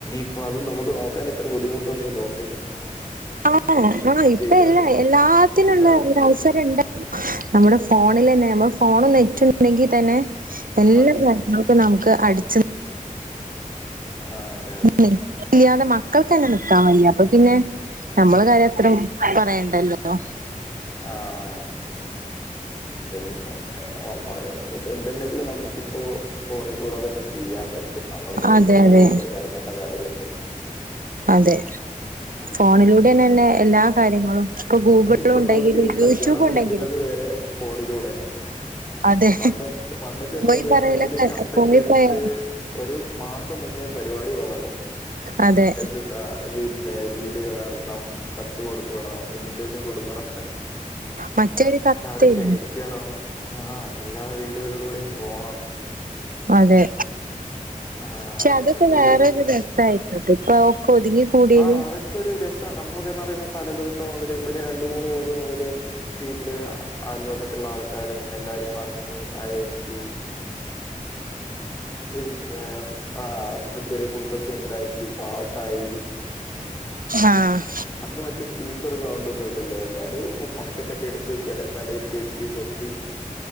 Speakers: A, on the left; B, on the right.
A: ഇപ്പ അതും നമ്മക്ക് നോക്കാനിത്ര ബുദ്ധിമുട്ടൊന്നൂല്ല. ഒഹ്
B: ആണോ. ആഹ് ഇപ്പ
A: ചെയ്താല്
B: എല്ലാ എല്ലാത്തിനുള്ള
A: കിട്ടാവുന്നതേ
B: ഒരു അവസരം
A: ഉള്ളൂ.
B: ഉണ്ട് നമ്മുടെ ഫോണിലന്നെ നമ്മടെ ഫോണും നെറ്റും ഉണ്ടെങ്കി തന്നെ എല്ലാ
A: മതി.
B: കാര്യങ്ങളും നമുക്ക് അട്ച്ച്
A: ആഹ്.
B: <unintelligible> ഇല്ലാതെ മക്കൾക്കന്നെ നിക്കാൻ വയ്യ. അപ്പൊ പിന്നെ നമ്മൾടെ കാര്യം അത്ര പറയണ്ടല്ലോ.
A: ആഹ് പിന്നെ നമ്മള് പി എന്തുണ്ടെങ്കിലും നമുക്കിപ്പോ ഫോണിക്കൂടെ തന്നെ ചെയ്യാൻ പറ്റും. നമ്മൾ നേരിട്ട്
B: അതെ
A: പോയിട്ടോ
B: അതെ
A: ഇതാക്കി ക്കണ്ട കാര്യൊന്നെല്ല.
B: അതെ
A: ഉം.
B: ഫോണിലൂടെന്നെ തന്നെ എല്ലാ കാര്യങ്ങളും ഇപ്പൊ ഗൂഗിൾ
A: ഇപ്പൊ
B: ഉണ്ടെങ്കിലും
A: നോക്കിയേ കല്യാണം
B: യൂട്യൂബ്
A: വിളിക്കുന്നത്
B: ഉണ്ടെങ്കിലും
A: വരെ ഫോണിലൂടെയാ.
B: അതെ
A: പണ്ടൊ പണ്ടൊക്കെന്ന്
B: പോയി
A: പറയാണെങ്കില്
B: പറയലൊക്കെ
A: കത്തൊക്കെ
B: പോയി
A: എടുത്ത്
B: പറയ
A: ഒരു മാസം മുന്നേ പരിപാടി തുടങ്ങും.
B: അതെ
A: എന്തുന്നാ പിന്നെ വീട് കയറണം, കത്ത് കൊടുക്കണം, ഇൻവിറ്റേഷൻ കൊടുക്കണം
B: മറ്റൊരു കത്തേനു
A: അവരെ ക്ഷണി ക്കണം. ആഹ് എല്ലാ വീടുകളിലൂടെയും പോണം.
B: അതെ
A: ആ
B: പക്ഷെ അതൊക്കെ
A: എന്നിട്ട്
B: വേറൊരു രസായി ഇപ്പ ഒക്കെ ഒതുങ്ങി കൂടിയേല്
A: ആഹ് അതൊക്കെ ഒരു രസാ. നമ്മളൊക്കെന്നു പറയുമ്പോ തലേ ദിവസം മുതല് ഒരു രണ്ടു മൂന്ന് ദിവസം മുതല് വീട്ടില് അയൽപക്കത്തുള്ള ആൾക്കാരും എല്ലാരും വന്ന് സഹകരിച്ച് <unintelligible> ആഹ് ചെറിയ ഫുഡൊക്കെ ഉണ്ടാക്കി പാട്ടായി
B: ആഹ്
A: അന്ന് മറ്റേ സ്പീക്കർ സൗണ്ട് ഒന്നും ഇല്ലല്ലോ. എല്ലാരും ബക്കറ്റ് ഒക്കെ എടുത്ത് തലേ തല തിരിച്ച് വെച്ച് കൊട്ടി